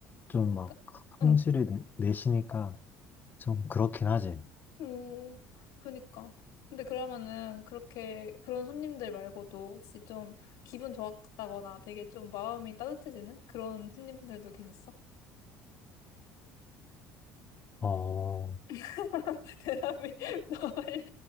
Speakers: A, on the left (about 30°); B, on the left (about 75°).
A: 좀
B: 약간,
A: 막, 성질이
B: 응.
A: 내, 내시니까 좀 그렇긴 하지.
B: 음, 그니까. 근데 그러면은 그렇게 그런 손님들 말고도 혹시 좀 기분 좋았다거나 되게 좀 마음이 따뜻해지는 그런 손님들도 계셨어?
A: 어,
B: <laughs> 대답이 <laughs> 너무 빨리,